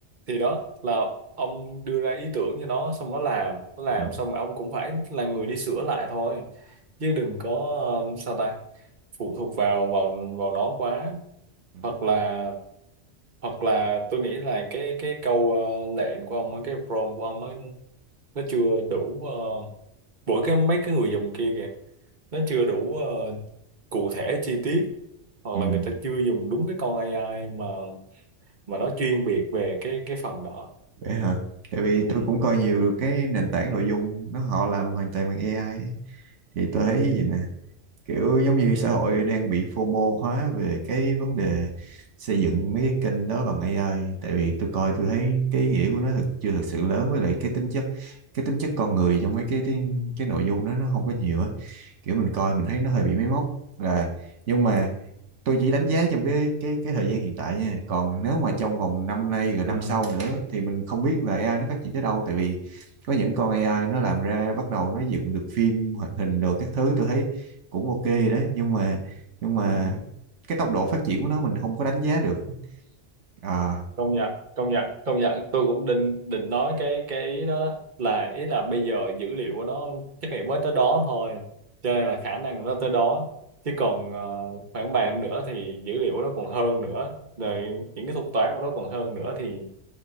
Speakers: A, on the right (about 45°); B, on the right (about 75°).
A: thì đó là ông đưa ra ý tưởng cho nó xong nó làm nó làm
B: Ừ.
A: xong rồi ông cũng phải là người đi sửa lại thôi chứ đừng có ờ, sao ta phụ thuộc vào vào vào nó quá
B: ừ,
A: hoặc là hoặc là tôi nghĩ là cái cái câu ờ, lệnh của ông cái prompt của ông nó nó chưa đủ uh, mỗi cái mấy cái người dùng kia kìa nó chưa đủ ờ, cụ thể chi tiết hoặc
B: ừ,
A: là người ta chưa dùng đúng cái con AI mà mà nó chuyên biệt về cái cái phần đó
B: vậy hả? Tại vì
A: ừ.
B: tôi cũng coi nhiều cái nền tảng nội dung nó họ làm hoàn toàn bằng AI ấy. Thì tôi thấy
A: Ừ.
B: gì nè kiểu giống như xã hội đang bị FOMO hóa về cái vấn đề xây dựng mấy cái kênh đó bằng AI tại vì tôi coi tôi thấy cái ý nghĩa của nó thực chưa thực sự lớn với lại cái tính chất cái tính chất con người trong mấy cái cái, cái nội dung đó nó không có nhiều á kiểu mình coi
A: Ừ.
B: mình thấy nó hơi bị máy móc là nhưng mà tôi chỉ đánh giá trong cái cái cái thời gian hiện tại nha còn nếu mà trong vòng năm nay rồi năm
A: Ừ.
B: sau nữa
A: Ừ.
B: thì mình không biết là AI nó phát triển tới đâu tại vì có những con AI nó làm ra bắt đầu nó dựng được phim hoạt hình đồ các thứ tôi thấy cũng ok rồi đấy nhưng mà nhưng mà
A: Ừ.
B: cái tốc độ phát triển của nó mình không có đánh giá được Ờ,
A: công nhận công nhận công nhận tôi cũng định định nói cái cái ý đó đó là ý là bây giờ dữ liệu của nó chắc là mới tới đó thôi cho nên là khả năng nó tới đó chứ còn ờ, khoảng vài năm nữa thì dữ liệu nó còn hơn nữa rồi những cái thuật toán của nó còn hơn nữa thì